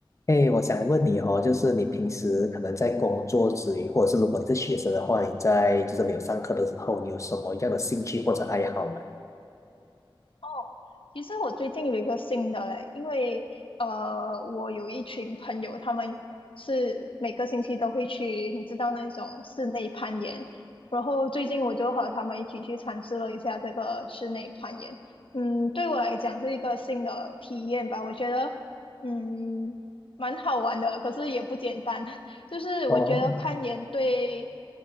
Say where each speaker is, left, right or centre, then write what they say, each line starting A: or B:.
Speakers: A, on the left; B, on the left.
A: 哎，我想问你哦，就是你平时可能在工作之余，或者是如果你是学生的话，你在就是没有上课的时候，你有什么样的兴趣或者爱好吗？
B: 哦，其实我最近有一个新的嘞，因为呃，我有一群朋友，他们是每个星期都会去，你知道那种室内攀岩，然后最近我就和他们一起去尝试了一下这个室内攀岩，嗯，对我来讲是一个新的体验吧，我觉得嗯蛮好玩的，可是也不简单，<laughs> 就是我觉得攀岩对
A: 哦，